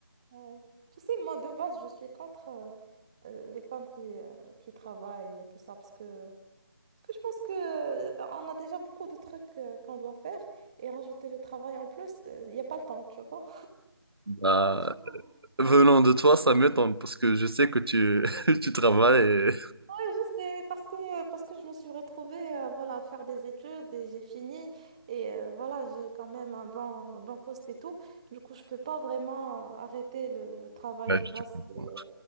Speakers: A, on the right (about 15°); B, on the right (about 85°).
A: Ouais. Tu sais, moi, de base, je suis contre euh, euh, les femmes qui, euh, qui travaillent et tout ça, parce que Parce que je pense que, euh, on a déjà beaucoup de trucs euh, qu'on doit faire et rajouter le travail en plus, il n'y a pas le temps, tu vois.
B: Bah,
A: <laughs> Franchement,
B: venant de toi, ça m'étonne parce que je sais que tu, <laughs> tu travailles et...
A: ouais, je sais, mais parce que, euh, parce que je me suis retrouvée euh, voilà, à faire des études et j'ai fini et euh, voilà, j'ai quand même un bon, un bon poste et tout. Du coup, je peux pas vraiment euh, arrêter le, le travail,
B: Ouais,
A: tu
B: je
A: vois.
B: te comprends.
A: c'est- euh,